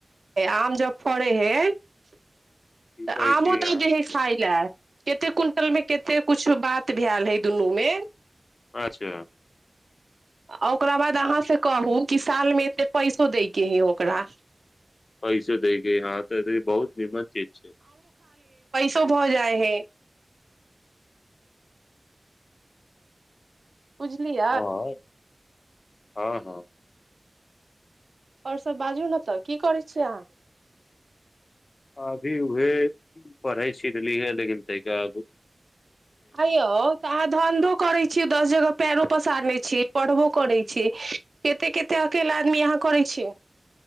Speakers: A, on the right (about 65°); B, on the left (about 60°).
A: आम जब फड़े है तऽ
B: की कहै
A: आमो
B: छी
A: तऽ
B: अहाँ
A: जे हे खााय लए कते क्विंटल मे कते कुछु बात भेल हे दुनूमे
B: अच्छा
A: आ ओकरा बाद अहाँ से कहू कि सालमे एते पैसो दैके हइ ओकरा
B: पैसे दै ग हँ तऽ ई बहुत नीम्मन चीज छै
A: शुभ हो जाए है उुजलिय
B: हँ हँ हँ
A: आओर सभ बाजू ने तऽ की करै छियै अहाँ
B: अभी उह पढ़ाइ छनली है लेकिन तैब
A: आ यौ तऽ अहाँ धन्धो करै छीयै दस जगह पैरो पसारने छी पढ़बो करै छी कते कते अकेला आदमी यहाँ करै छी